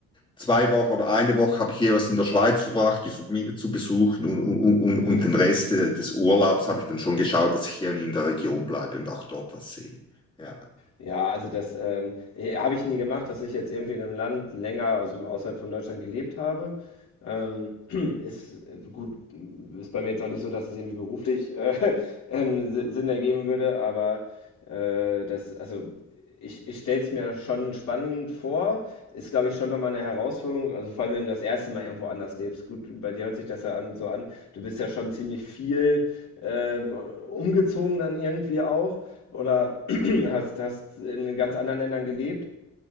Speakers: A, on the left; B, on the left.
A: zwei Wochen oder eine Woche habe ich jeweils in der Schweiz verbracht, die Familie zu besuchen und, und, und,
B: Mhm.
A: und den Rest äh, des Urlaubs habe ich dann schon geschaut, dass ich hier in der Region bleibe und auch dort was sehe. Ja.
B: Ja, also das ähm, eh, habe ich nie gemacht, dass ich jetzt irgendwie in einem Land länger, also außerhalb von Deutschland gelebt habe. Ähm, <clears throat> ist äh, gut, ist bei mir jetzt auch nicht so, dass es irgendwie beruflich äh, <laughs> ähm, Si- Sinn ergeben würde, aber äh, das, also ich, ich stelle es mir schon spannend vor. Ist, glaube ich, schon nochmal eine Herausforderung. Also vor allem, wenn du das erste Mal irgendwo anders lebst. Gut, bei dir hört sich das ja an, so an. Du bist ja schon ziemlich viel ähm, umgezogen dann irgendwie auch. Oder hast, hast in ganz anderen Ländern gelebt.